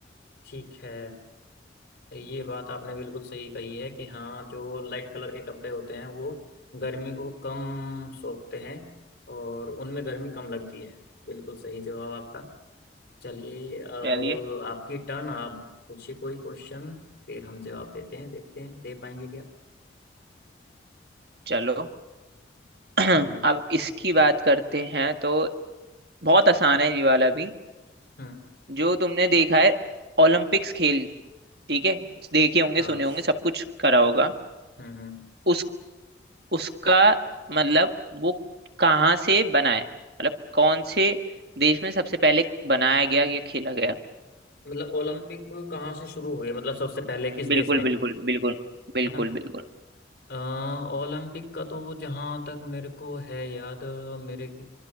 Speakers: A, on the left (about 65°); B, on the right (about 60°).
A: ठीक है ये बात आपने बिल्कुल सही कही है कि हाँ जो लाइट कलर के कपड़े होते हैं वो गर्मी को कम सोखते हैं और उनमें गर्मी कम लगती है बिल्कुल सही जवाब आपका चलिए अब
B: चलिए
A: आपकी टर्न आप पूछिए कोई क्वेश्चन फिर हम जवाब देते हैं देखते हैं दे पाएंगे क्या
B: चलो <clears throat>
A: हम्म
B: अब इसकी बात करते हैं तो बहुत आसान है ये वाला भी
A: हम्म
B: जो तुमने देखा है ओलंपिक्स खेल ठीक है देखे होंगे
A: हाँ
B: सुने होंगे सब कुछ करा होगा
A: हम्म हम्म
B: उस उसका मतलब वो कहाँ से बना है मतलब कौन से देश में सबसे पहले बनाया गया या खेला गया
A: मतलब ओलंपिक कहाँ से शुरू हुए मतलब सबसे पहले किस
B: बिल्कुल
A: देश ने
B: बिल्कुल बिल्कुल बिल्कुल
A: है ना
B: बिल्कुल
A: अ, ओलंपिक का तो जहाँ तक मेरे को है याद अ, मेरे की